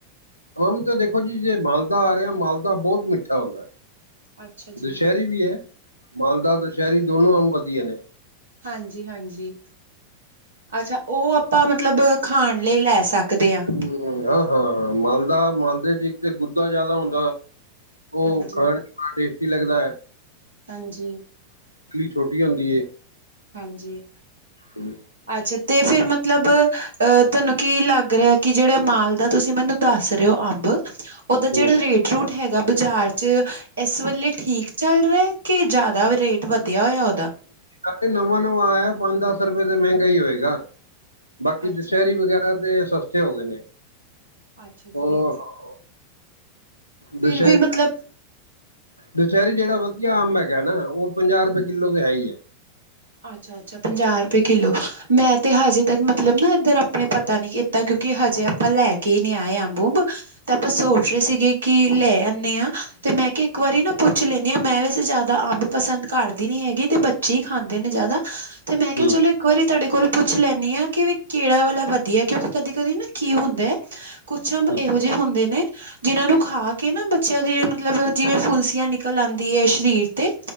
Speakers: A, on the left (about 85°); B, on the right (about 70°).
A: ਆਮ ਤਾਂ ਦੇਖੋ ਜੀ ਜੇ ਮਾਲਦਾ ਆ ਰਿਹਾ ਮਾਲਦਾ ਬਹੁਤ ਮਿੱਠਾ ਹੁੰਦਾ।
B: ਅੱਛਾ ਜੀ
A: ਦੁਸਹਿਰੀ ਵੀ ਐ ਮਾਲਦਾ ਦੁਸਹਿਰੀ ਦੋਨੋ ਅੰਬ ਵਧੀਆ ਨੇ।
B: ਹਾਂਜੀ-ਹਾਂਜੀ, ਅੱਛਾ, ਉਹ ਆਪਾਂ ਮਤਲਬ ਖਾਣ ਲਈ ਲੈ ਸਕਦੇ ਆ।
A: ਹੂੰ, ਹਾਂ-ਹਾਂ, ਹਾਂ ਮਾਲਦਾ ਮਾਲਦੇ ਚ ਇੱਕ ਤੇ ਗੁੱਦਾ ਜਿਆਦਾ ਹੁੰਦਾ। ਉਹ
B: ਹਾਂਜੀ
A: ਖਾਣ ਚ ਬੜਾ ਟੇਸਟੀ ਲੱਗਦਾ।
B: ਹਾਂਜੀ,
A: ਲੀ ਛੋਟੀ ਹੁੰਦੀ ਏ
B: ਹਾਂਜੀ
A: ਹਮ
B: ਅੱਛਾ ਤੇ ਫੇਰ ਮਤਲਬ ਅਹ ਤੁਹਾਨੂੰ ਕੀ ਲੱਗ ਰਿਹਾ ਕਿ ਜਿਹੜਾ ਮਾਲ ਦਾ ਤੁਸੀਂ ਮੈਨੂੰ ਦੱਸ ਰਹੇ ਹੋ ਅੰਬ ਉਹਦਾ
A: ਹੂੰ।
B: ਜਿਹੜਾ ਰੇਟ ਰੂਟ ਹੈਗਾ ਬਾਜ਼ਾਰ 'ਚ ਇਸ ਵੇਲੇ ਠੀਕ ਚੱਲ ਰਿਹਾ ਕੀ ਜਿਆਦਾ ਰੇਟ ਵਧਿਆ ਹੋਇਆ ਉਹਦਾ
A: ਕ ਨਵਾਂ ਨਵਾਂ ਆਇਆ ਪੰਜ ਦਸ ਰੁਪਏ ਤੇ ਮਹਿੰਗਾ ਹੀ ਹੋਏਗਾ ਬਾਕੀ
B: ਅੱਛਾ
A: ਦੁਸਹਿਰੀ ਵਗੈਰਾ ਤੇ ਸਸਤੇ ਹੋ ਗਏ ਨੇ
B: ਅੱਛਾ ਜੀ
A: ਉਹ
B: ਫਿਰ
A: ਦੁਸਹਿਰੀ
B: ਵੀ ਮਤਲਬ
A: ਦੁਸਹਿਰੀ ਜਿਹੜਾ ਵਧੀਆ ਆਮ ਹੈਗਾ ਨਾ ਉਹ ਪੰਜਾਹ ਰੁਪਏ ਕਿੱਲੋ ਤੇ ਹੈ ਹੀ ਹੈ
B: ਅੱਛਾ ਅੱਛਾ ਪੰਜਾਹ ਰੁਪਏ ਕਿਲੋ ਮੈਂ ਤੇ ਹਜੇ ਤੱਕ ਮਤਲਬ ਨਾ ਇੱਧਰ ਆਪਣੇ ਪਤਾ ਨੀ ਕਿ ਤਾਂ ਕਿਉਂਕਿ ਹਜੇ ਆਪਾਂ ਲੈ ਕੇ ਹੀ ਨਹੀਂੀ ਆਏ ਆ ਬੂੰਬ ਤੇ ਆਪਾਂ ਸੋਚ ਰਹੇ ਸੀਗੇ ਕਿ ਲੈ ਆਦੇ ਹਾਂ ਤੇ ਮੈਂ ਕਿਹਾ ਇੱਕ ਵਾਰੀ ਨਾ ਪੁੱਛ ਲੈਂਦੀ ਹਾਂ ਮੈਂ ਵੈਸੇ ਜ਼ਿਆਦਾ ਅੰਬ ਪਸੰਦ ਕਰਦੀ ਨੀ ਹੈਗੀ ਤੇ ਬੱਚੇ ਹੀ ਖਾਂਦੀ ਨੇ ਜ਼ਿਆਦਾ ਤੇ ਮੈਂ
A: ਹੂੰ
B: ਕਿਹਾ ਚਲੋ ਇੱਕ ਵਾਰੀ ਤੁਹਾਡੇ ਕੋਲ ਪੁੱਛ ਲੈਂਦੀ ਆਾਂ ਕਿ ਵੀ ਕਿੜਾ ਵਾਲਾ ਵਧੀਆ ਕਿਉਂਕਿ ਕਦੀ ਕਦੀ ਨਾ ਕੀ ਹੁੰਦਾ ਹੈ ਕੁੱਛੰਬ
A: ਹੂੰ
B: ਇਹੋ ਜਿਹੇ ਹੁੰਦੇ ਨੇ ਜਿਹਨਾਂ ਨੂੰ ਖਾ ਕੇ ਨਾ ਬੱਚਿਆਂ ਦੀ ਮਤਲਬ ਜਿਵੇਂ ਫੁਲਸੀਆਂ ਨਿਕਲ ਆਉਂਦੀ ਹੈ ਸ਼ਰੀਰ ਤੇ